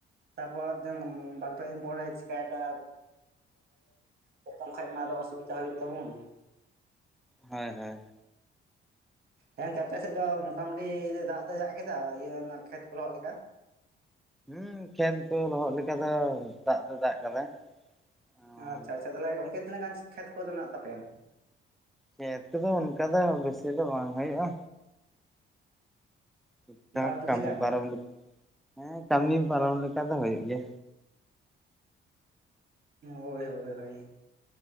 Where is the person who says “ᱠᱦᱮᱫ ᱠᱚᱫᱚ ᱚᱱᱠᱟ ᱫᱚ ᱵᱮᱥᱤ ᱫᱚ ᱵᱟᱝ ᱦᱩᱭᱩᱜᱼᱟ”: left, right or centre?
Centre